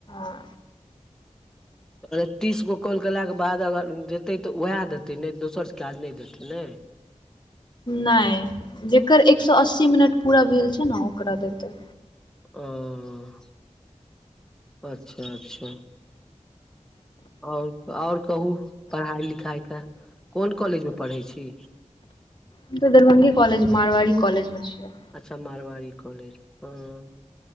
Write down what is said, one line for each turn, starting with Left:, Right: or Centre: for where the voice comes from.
Left: हॅं।
Centre: आओर तीस गो कॉल केलाके बाद अगर देतै तॅं वैह देतै नहि तॅं दोसरसँ काज नहि देतै ने
Left: नहि, जेकर एक सए अस्सी मिनट पूरा भेल छै ने ओकरा देतै।
Centre: ओ, अच्छा अच्छा। आओर, आओर कहू पढ़ाइ-लिखाइकेॅं कोन कॉलेजमे पढ़ै छी?
Left: हम तॅं दरभङंगे कॉलज मारवाड़ी कॉलेजमे छियै
Centre: अच्छा, मारवाड़ी कॉलेज, हँ